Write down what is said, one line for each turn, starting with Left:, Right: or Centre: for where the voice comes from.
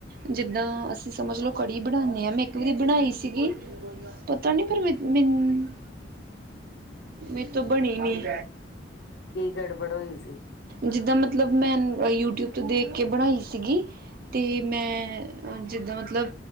Right: ਜਿੱਦਾਂ, ਅਸੀਂ ਸਮਝ ਲਓ ਕੜੀ ਬਣਾਨੇਂ ਆਂ, ਮੈਂ ਇੱਕ ਵਾਰੀ ਬਣਾਈ ਸੀਗੀ। ਪਤਾ ਨੀ ਫੇਰ, ਮੈਨ ਮੇ ਤੋਂ ਬਣੀ ਨੀ?
Left: ਕੀ ਗੜਬੜ ਹੋਈ ਸੀ।
Right: ਜਿੱਦਾਂ ਮਤਲਬ ਮੈਂ ਯੂਟਿਊਬ ਤੋਂ ਦੇਖ ਕੇ ਬਣਾਈ ਸੀਗੀ, ਤੇ ਮੈਂ ਅ ਜਿੱਦਾਂ ਮਤਲਬ,